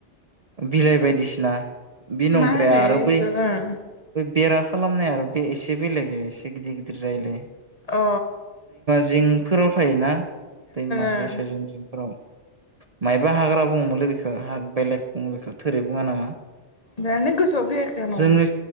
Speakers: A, on the right; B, on the left.
A: बिलाइ बायदिसिना बे नंद्राया
B: मा होनो
A: आरो
B: इखौ
A: बै
B: ओं
A: बेरा खालामनाय आरो बे एसे बेलेग एसे गिदिर गिदिर जायोलाय
B: अ
A: जिंफोराव थायोना दैमा
B: ओं
A: दैसा जिं जिंफोराव। मायबा हाग्रा बुङोमलै बेखौ बेलेग बुङो बेखौ थोरै बुङा नामा
B: जानो गोसोआव फैयाखै आंनावबो
A: जोंनि